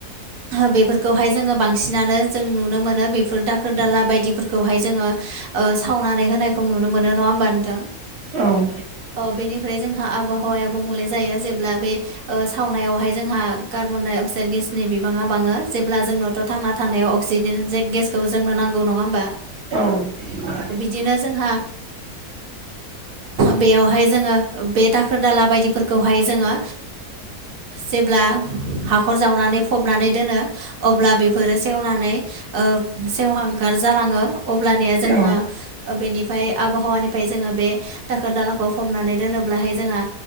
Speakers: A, on the right; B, on the right.
A: बेफोरखौहाय जोंङो बांसिनानो जों नुनो मोनो बेफोर दाखोर दाला बायदिफोरखौहाय जोंङो सावनानै होनायखौ नुनो मोनो नंङा होमबा नोंथां?
B: औव
A: अ बेनिफ्राय जोंहा आबहावाया गुबुंले जायो जेब्ला बे सावनायावहाय जोंहा कार्बनडाय अक्साइड गेसनि बिबांङा बांङो जेब्ला जोंनावथ' थांना थानायाव अक्सिजेने गेसखौ जोंनो नांगौ नंङा होनोमबा?
B: औव
A: बिदिनो जोंहा बेयावहाय जोंङो बे दाखोर दाला बायदिफोरखौहाय जोंङो जेब्ला हखर जावनानै फबनानै दोनो। अब्ला बेफोरो सेवनानै सेवहांगार जालांङो अब्लनिया जोंङो
B: औ
A: बेनिफ्राय आबहावानिफ्राय जोंङो बे दाखोर दालाखौ फबनानै दोनोब्लाहाय जोंहा